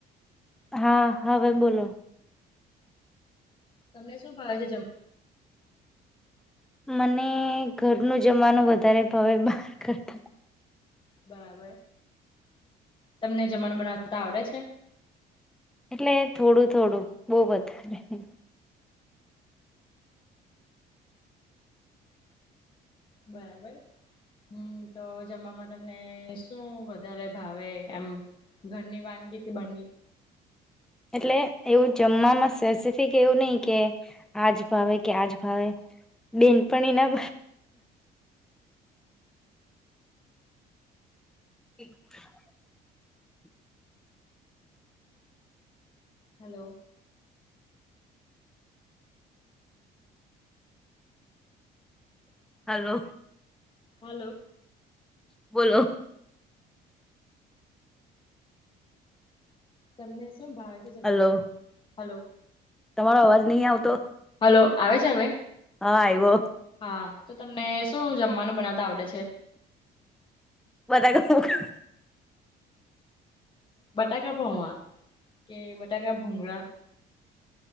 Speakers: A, in the centre; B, on the left.
A: હા હવે બોલો
B: તમને શું ભાવે છે જમ
A: મને ઘરનું જમવાનું વધારે ભાવે બહાર કરતા
B: બરાબર તમને જમાનું બનાવતા આવડે છે
A: એટલે થોડું થોડું બહ વધારે ની
B: બરાબર હમ્મ તો જમમાં તમને શું વધારે ભાવે એમ ઘરની વાનગી કે બહારની
A: એટલે એવું જમવામાં સ્પેસિફિક એવું નહી કે આજ ભાવે કે આજ ભાવે બેનપણીના <inaudible>
B: હલો
A: હલો
B: હલો
A: બોલો
B: તમને શું ભાવે છે જમવામાં
A: હલો
B: હલો
A: તમારો અવાજ નહીં આવતો
B: હલો આવે છે હવે
A: હા આયવો
B: હા તો તમને શું જમવાનું બનાવતા આવડે છે
A: બધા કર
B: બટાકા પૌવા કે બટાકા ભૂઘરા